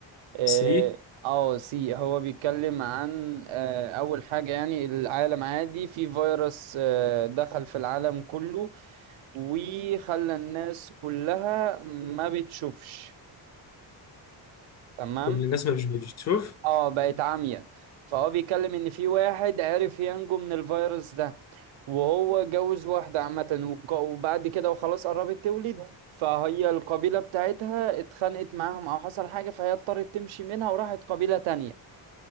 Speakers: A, on the right; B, on the left.
A: اه
B: سي
A: آه، سي هو بيتكلم عن آه، أول حاجة يعني العالم عادي في فيروس آه، دخل في العالم كله وخلى الناس كلها ما بتشوفش تمام
B: كل الناس ما مش بتشوف
A: اه بقت عامية فهو بيتكلم ان في واحد عرف ينجو من الفيروس ده وهو جوز واحدة عامة وك- وبعد كده وخلاص قربت تولد فهي القبيلة بتاعتها اتخانقت معاهم او حصل حاجة فهي اضطرت تمشي منها وراحت قبيلة تانية